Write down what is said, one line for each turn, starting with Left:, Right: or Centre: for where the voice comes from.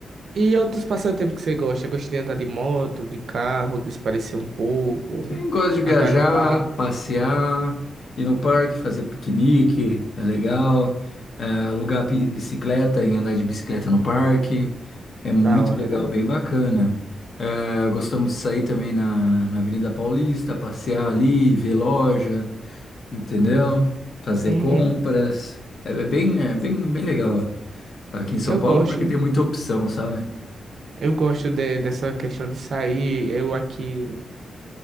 Right: e outros passatempos que você gosta? Gosta de andar de moto, de carro, desaparecer um pouco,
Left: Quem gosta de viajar,
Right: andar no par,
Left: passear, ir no parque, fazer piquenique, é legal. É, alugar pi- bicicleta e andar de bicicleta no parque, é muito
Right: da hora,
Left: legal,
Right: né?
Left: bem bacana. É, gostamos de sair também na, na Avenida Paulista, passear ali, ver loja, entendeu? Fazer
Right: Uhum.
Left: compras. É é bem, é bem, bem legal aqui em São
Right: Eu
Left: Paulo
Right: gosto,
Left: porque tem muita opção, sabe?
Right: eu gosto de- dessa questão de sair. Eu aqui.